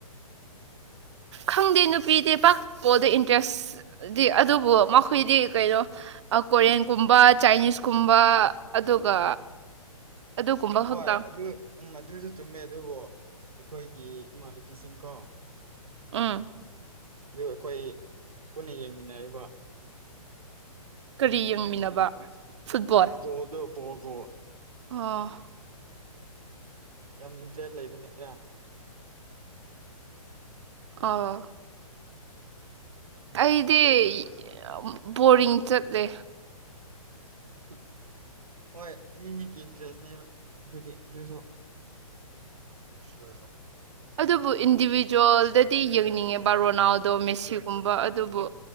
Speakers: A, on the right (about 50°); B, on the right (about 80°).
A: ꯈꯪꯗꯦ ꯅꯨꯄꯤꯗꯤ ꯄꯥꯛ ꯕꯣꯜꯗ ꯏꯟꯇꯔꯦꯁ ꯗꯤ ꯑꯗꯨꯕꯨ ꯃꯈꯣꯏꯗꯤ ꯀꯩꯅꯣ ꯑꯥ ꯀꯣꯔꯤꯌꯟꯀꯨꯝꯕ ꯆꯥꯏꯅꯤꯁꯀꯨꯝꯕ ꯑꯗꯨꯒ ꯑꯗꯨꯒꯨꯝꯕ ꯈꯛꯇꯪ
B: ꯍꯣꯏ ꯑꯗꯨ ꯎꯝ ꯑꯗꯨꯁꯨ ꯆꯨꯝꯃꯦ ꯑꯗꯨꯕꯨ ꯑꯩꯈꯣꯏꯒꯤ ꯏꯃꯥꯟꯅꯕꯤꯁꯤꯡꯀꯣ
A: ꯎꯝ
B: ꯑꯗꯨ ꯑꯩꯈꯣꯏ ꯄꯨꯟꯅ ꯌꯦꯡꯃꯤꯟꯅꯔꯤꯕ
A: ꯀꯔꯤ ꯌꯦꯡꯃꯤꯟꯅꯕ ꯐꯨꯠꯕꯣꯜ
B: ꯕꯣꯜꯗꯣ ꯕꯣ ꯄꯣ
A: ꯑꯥ
B: ꯌꯥꯝ ꯏꯟꯇꯔꯦꯁ ꯂꯩꯕꯅꯤꯅ
A: ꯑꯥ ꯑꯩꯗꯤ ꯌꯝ ꯕꯣꯔꯤꯡ ꯆꯠꯂꯦ
B: ꯍꯥ ꯍꯣꯏ ꯃꯤ ꯃꯤꯒꯤ ꯏꯟꯇꯔꯦꯁꯅꯤꯅ ꯑꯗꯨꯗꯤ ꯑꯗꯨꯁꯨ
A: <unintelligible> ꯑꯗꯨꯕꯨ ꯏꯟꯗꯤꯕꯤꯖꯨꯋꯦꯜꯗꯗꯤ ꯌꯦꯡꯅꯤꯡꯉꯦꯕ ꯔꯣꯅꯥꯜꯗꯣ ꯃꯦꯁꯤꯒꯨꯝꯕ ꯑꯗꯨꯕꯨ